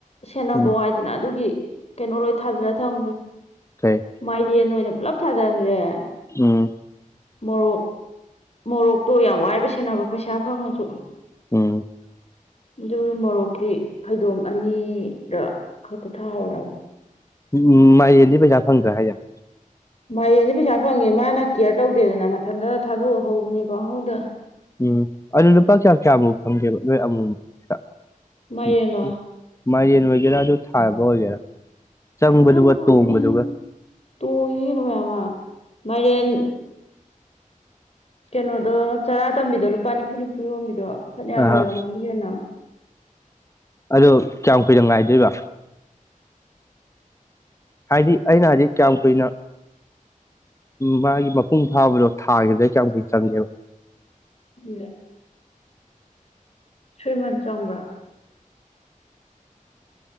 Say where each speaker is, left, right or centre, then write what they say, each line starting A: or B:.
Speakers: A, on the left; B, on the left.
A: ꯁꯦꯟꯅꯕ
B: ꯎꯝ
A: ꯋꯥꯏꯗꯅ ꯑꯗꯨꯒꯤ ꯀꯩꯅꯣ ꯂꯣꯏ ꯊꯥꯖꯜꯂ ꯊꯝꯒꯔ‌ꯦ
B: ꯀꯩ
A: ꯃꯥꯏꯔꯦꯟ ꯑꯣꯏꯅ ꯄꯨꯂꯞ ꯊꯥꯖꯟꯈ꯭ꯔ‌ꯦ
B: ꯎꯝ
A: ꯃꯣꯔꯣꯛ ꯃꯣꯔꯣꯛꯇꯣ ꯌꯥꯝ ꯋꯥꯏꯕ ꯁꯦꯟꯅꯕ ꯄꯩꯁꯥ ꯐꯪꯉꯁꯨ
B: ꯎꯝ
A: ꯗꯨꯒꯤ ꯃꯣꯔꯣꯛꯇꯤ ꯐꯩꯗꯣꯝ ꯑꯅꯤꯔ ꯈꯛꯇ ꯊꯥꯍꯧꯔꯕ
B: ꯎꯝ ꯃꯥꯏꯔꯦꯟꯗꯤ ꯄꯩꯁꯥ ꯐꯪꯗ꯭ꯔꯥ ꯍꯥꯏꯖ
A: ꯃꯥꯏꯔꯦꯟꯗꯤ ꯄꯩꯁꯥ ꯐꯪꯉꯦ ꯃꯥꯅ ꯀꯦꯌꯔ ꯇꯧꯗꯦꯗꯅ ꯃꯊꯟꯇ ꯊꯥꯗꯣꯛꯑ ꯍꯧꯕꯟ ꯄꯪꯍꯧꯗ
B: ꯎꯝ ꯑꯗꯨ ꯂꯨꯄꯥ ꯀꯌꯥ ꯀꯌꯥꯃꯨꯛ ꯐꯪꯒꯦꯕ ꯅꯣꯏ ꯑꯃꯨꯃꯨꯛꯇ
A: ꯃꯥꯏꯔꯦꯟꯂꯣ
B: <unintelligible> ꯃꯥꯏꯔ‌ꯦꯟ ꯑꯣꯏꯒꯦꯔꯥ ꯑꯗꯨ ꯊꯥꯕ ꯑꯣꯏꯒꯦꯔꯥ ꯆꯪꯕꯗꯨꯒ
A: ꯃꯌꯥꯝ ꯐꯪꯉꯝꯅꯤ
B: ꯇꯣꯡꯕꯗꯨꯒ
A: ꯇꯣꯡꯉꯤꯅꯤ ꯀꯩꯅꯣ ꯃꯌꯥꯝ ꯃꯥ ꯃꯥꯏꯔꯦꯟ ꯀꯩꯅꯣꯗꯣ ꯆꯔꯥ ꯇꯝꯕꯤꯗꯣ ꯂꯨꯄꯥ ꯅꯤꯐꯨ ꯅꯤꯐꯨ ꯌꯣꯟꯝꯕꯤꯗꯣ ꯐꯅꯌꯥꯝ
B: ꯑꯥ
A: ꯌꯣꯜꯂꯝꯃꯅꯤ ꯀꯩꯅꯣ
B: ꯑꯗꯣ ꯀꯌꯥꯝ ꯀꯨꯏꯅ ꯉꯥꯏꯗꯣꯏꯕ ꯍꯥꯏꯗꯤ ꯑꯩꯅ ꯍꯥꯏꯗꯤ ꯀꯌꯥꯝ ꯀꯨꯏꯅ ꯃꯥꯒꯤ ꯃꯄꯨꯡ ꯐꯥꯕꯗꯣ ꯊꯥꯒꯤꯕꯗꯩ ꯀꯌꯥꯝ ꯀꯨꯏꯅ ꯆꯪꯒꯦꯕ
A: ꯈꯪꯗꯦ <unintelligible> ꯊ꯭ꯔꯤꯃꯟꯁ ꯆꯪꯕ꯭ꯔꯥ